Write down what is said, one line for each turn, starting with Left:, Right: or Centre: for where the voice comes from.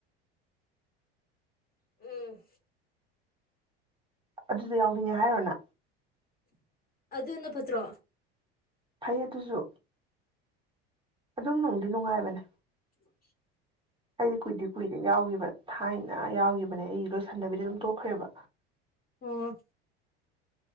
Left: ꯎꯝ
Right: ꯑꯗꯨꯗ ꯌꯥꯎꯅꯤꯡꯉꯦ ꯍꯥꯏꯔꯣꯅ
Left: ꯑꯗꯨꯅ ꯐꯠꯇ꯭ꯔꯣ
Right: ꯐꯩ ꯑꯗꯨꯁꯨ ꯑꯗꯨꯝ ꯅꯨꯡꯗꯤ ꯅꯨꯡꯉꯥꯏꯕꯅꯦ
Left: ꯎꯝ
Right: ꯀꯗꯤ ꯀꯨꯏꯗꯤ ꯀꯨꯏꯔꯦ ꯌꯥꯎꯈꯤꯕ ꯊꯥꯏꯅ ꯌꯥꯎꯒꯤꯈꯤꯕꯅꯦ ꯑꯩꯒꯤ ꯂꯣꯏꯁꯟꯗꯕꯤꯗꯤ ꯑꯗꯨꯝ ꯇꯣꯛꯈ꯭ꯔꯦꯕ
Left: ꯑꯣ